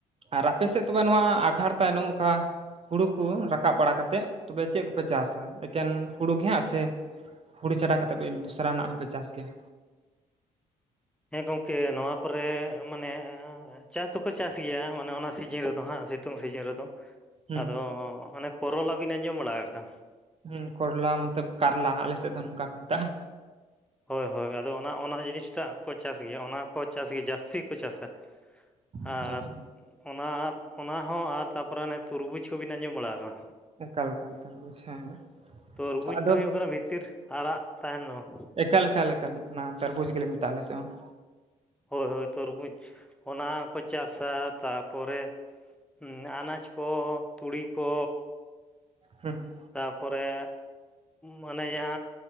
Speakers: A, on the right; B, in the centre.
A: ᱟᱨ ᱟᱯᱮ ᱥᱮᱫ ᱛᱚᱵᱮ ᱱᱚᱣᱟ ᱟᱜᱷᱟᱬ ᱛᱟᱭᱱᱚᱢ ᱚᱠᱟ ᱦᱩᱲᱩ ᱠᱚ ᱨᱟᱠᱟᱵ ᱵᱟᱲᱟ ᱠᱟᱛᱮ ᱛᱚᱵᱮ ᱪᱮᱫ ᱠᱚᱯᱮ ᱪᱟᱥᱟ ᱮᱠᱮᱱ ᱦᱩᱲᱩ ᱜᱮ ᱦᱟᱸᱜ ᱥᱮ ᱦᱩᱲᱩ ᱪᱷᱟᱰᱟ ᱠᱟᱛᱮᱫ ᱵᱮᱱ ᱫᱩᱥᱨᱟ ᱱᱟᱜ ᱦᱚᱸᱯᱮ ᱪᱟᱥ ᱠᱮᱭᱟ
B: ᱦᱮᱸ ᱜᱚᱝᱠᱮ ᱱᱚᱣᱟ ᱯᱚᱨᱮ ᱢᱟᱱᱮ ᱪᱟᱥ ᱫᱚᱠᱚ ᱪᱟᱥ ᱜᱮᱭᱟ ᱢᱟᱱᱮ ᱚᱱᱟ ᱥᱤᱡᱤᱱ ᱨᱮᱫᱚ ᱦᱟᱸᱜ ᱥᱤᱛᱩᱝ ᱥᱤᱡᱟᱹᱱ ᱨᱮᱫᱚ
A: ᱦᱩᱸ
B: ᱟᱫᱚ ᱚᱱᱮ ᱠᱚᱨᱚᱞᱟ ᱵᱤᱱ ᱟᱸᱡᱚᱢ ᱵᱟᱲᱟ ᱟᱠᱟᱫᱟ
A: ᱦᱩᱸ ᱠᱚᱨᱞᱟ ᱢᱚᱛᱟᱵ ᱠᱟᱨᱞᱟ ᱟᱞᱮ ᱥᱮᱫ ᱫᱚ ᱱᱚᱝᱠᱟ ᱠᱚ ᱢᱮᱛᱟᱜᱼᱟ
B: ᱦᱳᱭ ᱦᱳᱭ ᱟᱫᱚ ᱚᱱᱟ ᱚᱱᱟ ᱡᱤᱱᱤᱥᱴᱟᱜ ᱠᱚ ᱪᱟᱥ ᱜᱮᱭᱟ ᱚᱱᱟ ᱠᱚ ᱪᱟᱥ ᱜᱤ ᱡᱟᱹᱥᱛᱤ ᱠᱚ ᱪᱟᱥᱟ
A: ᱟᱪᱪᱷᱟ
B: ᱟᱨ
A: ᱟᱪᱪᱷᱟ
B: ᱚᱱᱟ ᱚᱱᱟ ᱦᱚᱸ ᱟᱨ ᱛᱟᱨᱯᱚᱨᱮ ᱚᱱᱮ ᱛᱩᱨᱵᱩᱡᱽ ᱠᱚᱵᱤᱱ ᱟᱸᱡᱚᱢ ᱵᱟᱲᱟ ᱠᱟᱜᱼᱟ
A: ᱮᱠᱟᱞ ᱮᱠᱟᱞ ᱛᱟᱨᱵᱩᱡᱽ ᱦᱮᱸ
B: ᱛᱚᱨᱵᱩᱡᱽ
A: ᱟᱫᱚ
B: ᱫᱚ ᱦᱩᱭᱩᱜ ᱠᱟᱱᱟ ᱵᱷᱤᱛᱤᱨ ᱟᱨᱟᱜ ᱛᱟᱦᱮᱱ ᱱᱚᱜ
A: ᱮᱠᱟᱞ ᱮᱠᱟᱞ ᱮᱠᱟᱞ ᱚᱱᱟ ᱛᱟᱨᱵᱩᱡᱽ ᱜᱮᱞᱮ ᱢᱮᱛᱟᱜ ᱟᱞᱮᱥᱮᱫ ᱦᱚᱸ
B: ᱦᱳᱭ ᱦᱳᱭ ᱛᱚᱨᱵᱩᱡᱽ ᱚᱱᱟᱠᱚ ᱪᱟᱥᱟ ᱛᱟᱯᱚᱨᱮ ᱦᱩᱸ ᱟᱱᱟᱡᱽ ᱠᱚ ᱛᱩᱲᱤ ᱠᱚ
A: ᱦᱩᱸ
B: ᱛᱟᱯᱚᱨᱮ ᱢᱟᱱᱮᱭᱟ